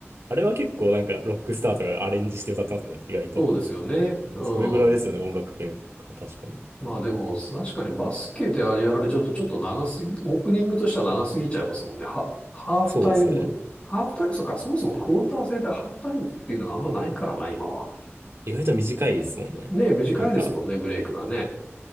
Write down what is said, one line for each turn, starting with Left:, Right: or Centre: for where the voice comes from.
Right: あれは結構なんかロックスターとかがアレンジして歌ってますけど、意外と。
Left: そうですよね。う
Right: それぐらいですよね、
Left: ん。
Right: 音楽系。確かに。
Left: まあでも、確かにバスケであれやられちゃうとちょっと長すぎ、オープニングとしては長すぎちゃいますもんね。は、ハーフタイム。
Right: そうですね。
Left: ハーフタイム、そうか、そもそもクォーター制でハーフタイムっていうのはあんまないからな、今は。
Right: 意外と短いですもんね。
Left: ねえ、短いですもんね、
Right: なんか、
Left: ブレイクがね。